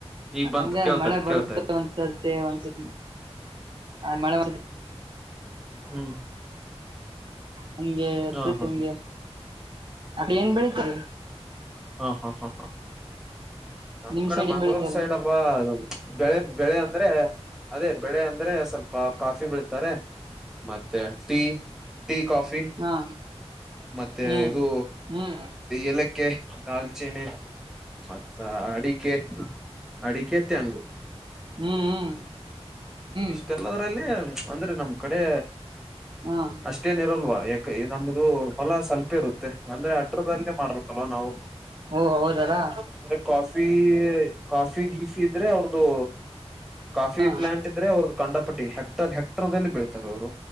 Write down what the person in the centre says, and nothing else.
ಈಗ ಬಂತು
ಕೇಳ್ತದೆ
ಕೇಳ್ತದೆ
ಹ್ಮ್.
ಹ ಹ
ಹಾ ಹಾ ಹಾ ಹಾ. ನಮ್
ಕಡೆ
ಮಂಗಳೂರ್
ಸೈಡ್ ಅವಾ ಬೆಳೆ ಬೆಳೆ ಅಂದ್ರೆ. ಅದೇ ಬೆಳೆ ಅಂದ್ರೆ ಸ್ವಲ್ಪ ಕಾಫಿ ಬೆಳಿತಾರೆ. ಮತ್ತೆ ಟೀ ಟೀ ಕಾಫಿ.
ಮತ್ತೆ
ಇದು
ಏಲಕ್ಕೆ. ದಾಲ್ಚೆನೆ ಮತ್ತ ಅಡಿಕೆ ಅಡಿಕೆ ತೆಂಗು.
ಇಷ್ಟೆಲ್ಲದ್ರಲ್ಲಿ
ಅಂದ್ರೆ ನಮ್ ಕಡೆ
ಅಷ್ಟೇ. ಏ ಇರಲ್ವಾ ಯಾಕೆ ಈ ನಮ್ದು ಹೊಲ ಸ್ವಪ ಇರುತ್ತೆ ಅಂದ್ರೆ ಹತ್ರರದದಲ್ಲಿ ಮಾಡ್ಬೇಕಲ್ವಾ ನಾವು.
ಅಂದ್ರೆ ಕಾಫಿ ಕಾಫಿ ಗೀಫಿ ಇದ್ರೆ ಅವ್ರದು ಕಾಫಿ
ಪ್ಲಾಂಟ್. ಅವ್ರ ಕಂಡಪಟ್ಟಿ ಹೆಕ್ಟರ್ ಹೆಕ್ಟರ್ಲ್ಲಿ ಬೀಳ್ತಾರೆ ಅವರು